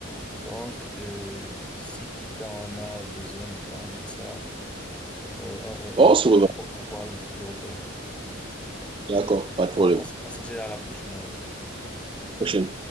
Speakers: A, in the centre; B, on the right.
A: Donc, euh, si plus tard on a besoin de parler de ça, euh, on, on-
B: On
A: on
B: se
A: pourra,
B: revoit,
A: on, pourra on pourra le, le refaire.
B: d'accord, pas de
A: Bon,
B: problème.
A: on, se- on se dit à la prochaine alors.
B: Prochaine.